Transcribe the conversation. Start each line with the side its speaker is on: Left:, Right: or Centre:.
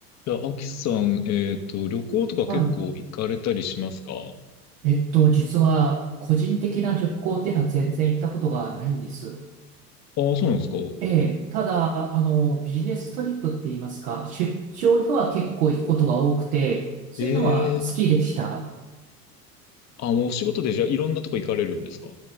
Left: じゃあ、アキさん、えっと、旅行とか結構行かれたりしますか
Right: はい。えっと、実は、個人的な旅行っていうのは全然行ったことがないんです。
Left: ああ、そうなんですか。
Right: ええ、ただ、あの、ビジネストリップって言いますか、出張では結構行くことが多くて、そういうのは好きでした。
Left: ええあ、もうお仕事でじゃあいろんなとこ行かれるんですか